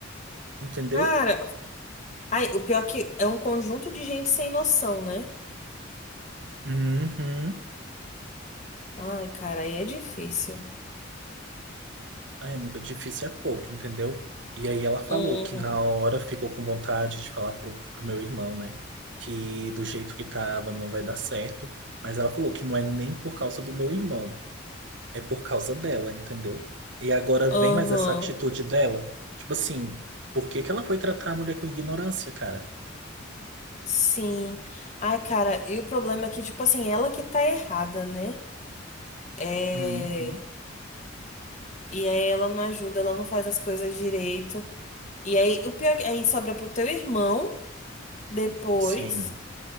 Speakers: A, on the right (about 65°); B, on the left (about 35°).
A: entendeu?
B: Cara, ai, o pior é que é um conjunto de gente sem noção, né?
A: Uhum.
B: Ai, cara, aí é difícil.
A: Ai, amiga, difícil é pouco, entendeu? E aí ela falou
B: Uhum,
A: que na hora ficou com vontade de falar pro, pro meu irmão, né? Que do jeito que tava não vai dar certo. Mas ela falou que não é nem por causa do meu irmão, é por causa dela, entendeu? E agora
B: uhum,
A: vem mais essa atitude dela. Tipo assim, por que que ela foi tratar a mulher com ignorância, cara?
B: sim. Ai, cara, e o problema é que, tipo assim, ela que tá errada, né? É...
A: Uhum.
B: E aí ela não ajuda, ela não faz as coisas direito. E aí, o pior é que aí sobra pro teu irmão depois,
A: Sim,